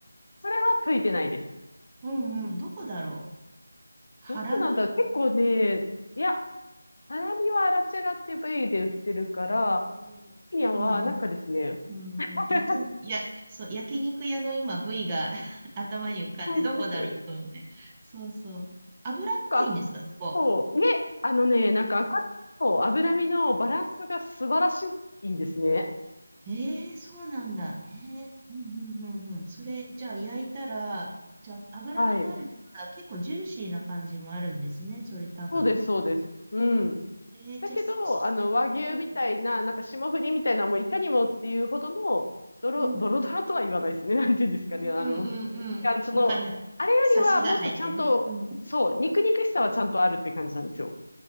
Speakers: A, on the left (about 55°); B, on the right (about 15°).
A: それはついてないです。
B: うんうん。どこだろう。ハラミ
A: どうなんだろう。結構ね、いや、ハラミはアラチェラっていう部位で売ってるから、
B: うん今も
A: ピニャはなんかですね、
B: う、うんうん。
A: <laughs>
B: 焼け、や、そう、焼肉屋の今部位が <laughs> 頭に浮かんで、
A: 本当ですよね。
B: どこだろうと思って。そうそう。脂っこいんですか、
A: なんか、
B: そこ。
A: そう、ね、あのね、なんか赤と脂身のバランスが素晴らしいんですね。
B: ええそうなんだ。ええうんうんうんうん。それ、じゃあ焼いたら、じゃあ脂身もあるってことは結構ジューシーな感じもあるんですね、
A: はい。
B: それ多分。
A: そうです、そうです。うん。
B: ええじゃあ、
A: だけど、
B: すし
A: あの、和牛みたいな、
B: うん、
A: なんか霜降りみたいな、もういかにもっていうほどの、ドロ、
B: うん、
A: ドロドロとは言わないですね。<laughs> なんていうんですかね。
B: うんうんうんうん。
A: あの、一貫、その、
B: わかります。
A: あれよりはもっとちゃんと、
B: サシが入ってね。うん。
A: そう、肉肉しさはちゃんとあるって感じなんですよ。